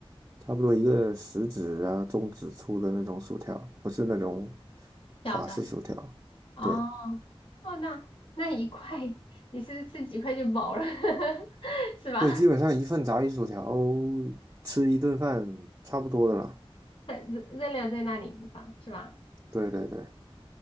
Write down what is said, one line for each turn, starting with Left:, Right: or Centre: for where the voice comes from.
Right: 差不多一个食指啊、中指粗的那种薯条，不是那种
Left: 小的。
Right: 法式薯条。
Left: 哦
Right: 对
Left: 哦，那那一块 <laughs> 你是不是吃几块就饱了，<laughs> 是吧？
Right: 对，基本上一份炸鱼薯条吃一顿饭差不多的了。
Left: <laughs> 呃热热量在那里地方是吧？
Right: 对对对，